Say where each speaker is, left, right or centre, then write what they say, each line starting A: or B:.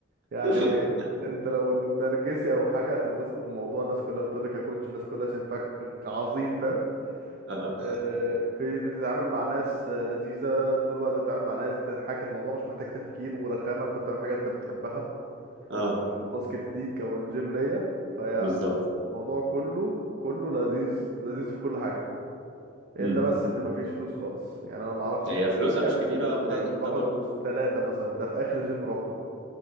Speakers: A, on the right; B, on the right.
A: يعني
B: <laughs>
A: انت لو نرجسي او حاجه هتنبسط بالموضوع الناس كلها بتقولك يا كوتش الناس كلها شايفاك عظيم فاهم
B: اه
A: آه، في بتتعامل مع ناس آه، لذيذة طول الوقت بتتعامل مع ناس بتضحك الموضوع مش محتاج تفكير ورخامة انت بتعمل حاجة انت بتحبها
B: اه
A: كان الباسكت ليك او الجيم ليا فهي
B: بالظبط
A: الموضوع كله كله لذيذ لذيذ في كل حاجة الا
B: امم
A: بس ان مفيش فلوس خالص يعني انا معرفش
B: هي
A: انت بتاخد
B: فلوسها
A: كام
B: مش كبيره
A: بس
B: لان
A: انا كنت
B: احنا
A: باخد
B: برضو في
A: ثلاثة مثلا ده في اخر جيم روحته